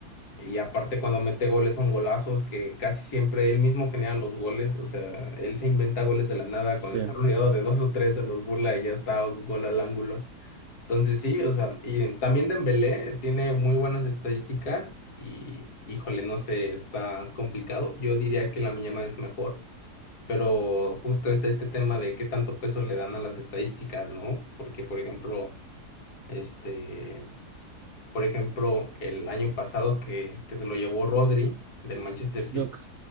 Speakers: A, on the left (about 75°); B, on the right (about 70°).
A: Y aparte cuando mete goles son golazos que casi siempre él mismo genera los goles, o sea, él se inventa goles de la nada,
B: Sí.
A: cuando está rodeado de dos o tres se los burla y ya está gol al ángulo. Entonces sí, o sea, y también Dembélé tiene muy buenas estadísticas y híjole, no sé, está complicado. Yo diría que la Yamal es mejor, pero justo está este tema de qué tanto peso le dan a las estadísticas, ¿no? Porque por ejemplo, este por ejemplo, el año pasado que, que se lo llevó Rodri del Manchester City,
B: Yo, cr-